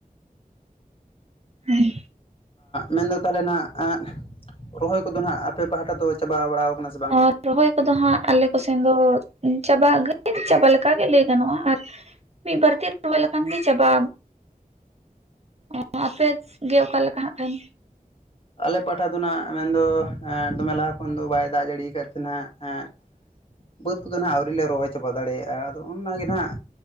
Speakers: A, on the right; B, on the left.
A: ᱦᱮᱸ
B: ᱢᱮᱱᱫᱚ ᱛᱟᱦᱚᱞᱮ ᱱᱟᱦᱟᱜ ᱮᱸᱜ ᱨᱚᱦᱚᱭ ᱠᱚᱫᱚ ᱱᱟᱦᱟᱜ ᱟᱯᱮ ᱯᱟᱦᱴᱟ ᱫᱚ ᱪᱟᱵᱟ ᱵᱟᱲᱟᱣ ᱠᱟᱱᱟ ᱥᱮ ᱵᱟᱝ?
A: ᱟᱨ ᱨᱚᱦᱚᱭ ᱠᱚᱫᱚ ᱦᱟᱸᱜ ᱟᱞᱮ ᱠᱚᱥᱮᱱ ᱫᱚ ᱪᱟᱵᱟ ᱪᱟᱵᱟ ᱞᱮᱠᱟᱜᱮ ᱞᱟᱹᱭ ᱜᱟᱱᱚᱜᱼᱟ ᱟᱨ, ᱢᱤᱫ ᱵᱟᱨ ᱛᱤᱨ ᱨᱚᱦᱚᱭ ᱞᱮᱠᱷᱟᱱ ᱜᱮ ᱪᱟᱵᱟᱼᱟ᱾ ᱚ ᱟᱯᱮ ᱜᱮ ᱚᱠᱟᱞᱮᱠᱟ ᱦᱟᱸᱜ ᱠᱷᱟᱱ?
B: ᱟᱞᱮ ᱯᱟᱦᱟᱴᱟ ᱫᱚ ᱱᱟᱸᱜ ᱢᱮᱱᱫᱚ ᱮᱸ ᱫᱚᱢᱮ ᱞᱟᱦᱟ ᱠᱷᱚᱱ ᱫᱚ ᱵᱟᱭ ᱫᱟᱜ ᱡᱟᱹᱲᱤᱭᱟ ᱠᱟᱫ ᱛᱮ ᱱᱟᱦᱟᱜ ᱮᱸ ᱵᱟᱹᱫᱽ ᱠᱚᱫᱚ ᱱᱟᱦᱟᱜ ᱟᱹᱣᱨᱤ ᱞᱮ ᱨᱚᱦᱚᱭ ᱪᱟᱵᱟ ᱫᱟᱲᱮᱭᱟᱜᱼᱟ ᱾ ᱟᱫᱚ ᱚᱱᱟᱜᱮ ᱱᱟᱦᱟᱜ